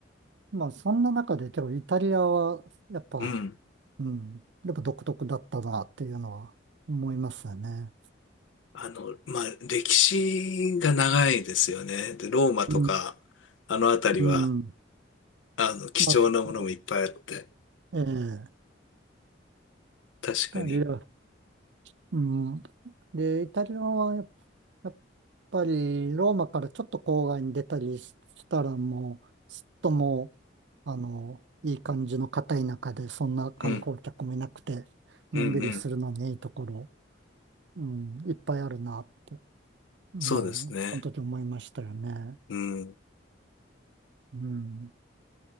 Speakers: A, on the right; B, on the left.
A: まあ、そんな中で、けど、イタリアは、やっぱ、
B: うん。
A: うん、やっぱ独特だったなっていうのは思いますよね。
B: あの、まあ、歴史が長いですよね。で、ローマとか、
A: うん。
B: あの辺りは、
A: うん。
B: あの、貴重なものもいっぱいあって、
A: まあええ、
B: 確かに。
A: イタリア、うん。で、イタリアはやっやっぱりローマからちょっと郊外に出たりしたらもう、すっともう、あの、いい感じの片田舎で、そんな観光客もいなくて、
B: うん、
A: のんびりするのにいいところ、
B: うん、うん。
A: うん、いっぱいあるなって、もう、
B: そうですね。
A: その時思いましたよね。
B: うん。
A: うん。